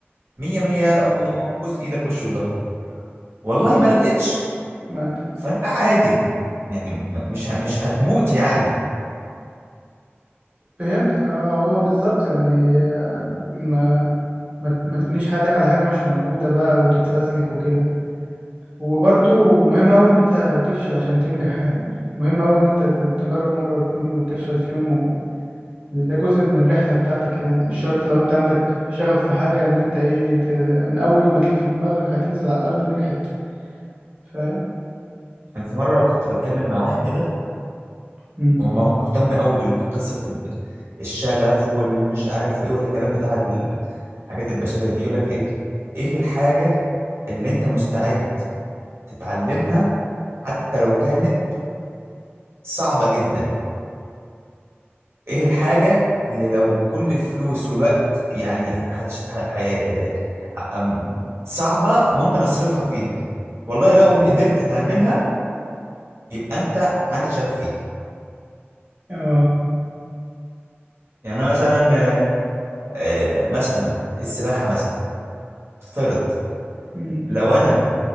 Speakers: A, on the right (about 70°); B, on the right (about 35°).
A: مية مية
B: أمم،
A: وبوس إيدك وش وظهر والله ما لقيتش
B: ما أدري.
A: فأنت عادي يعني م- مش ه- مش هتموت يعني
B: فهمتك اه هو بالظبط يعني ما ما ما تبنيش حياتك على حاجة مش موجودة بقى وتتفزلك وكده وبرضو مهم أوي إن أنت تفشل عشان تنجح يعني مهم أوي إن أنت ت- تجرب مرة واتنين وتفشل فيهم ده جزء من الرحلة بتاعتك يعني مش شرط لو انت عندك شغف في حاجة ان انت ايه ت- من اول ما تيجي في دماغك هتنزل على الارض نجحت فاهم
A: كان في مرة كنت بتكلم مع واحد كده
B: امم
A: وما هو مهتم قوي بالقصة ال- الشغف والمش عارف وايه ولا الكلام بتاع ال- الحاجات البشرية دي يقولك ايه ايه الحاجة اللي انت مستعد تتعلمها حتى لو كانت صعبة جدا ايه الحاجة اللي لو كل الفلوس والوقت يعني هتش... ه... ه... ه... أم- صعبة ممكن اصرفها فيها والله لو
B: امم
A: قدرت تعملها يبقى انت عندك شغف فيها
B: اه
A: يعني انا مثلا آه، آه، مثلا السباحة مثلا افترض
B: امم
A: لو انا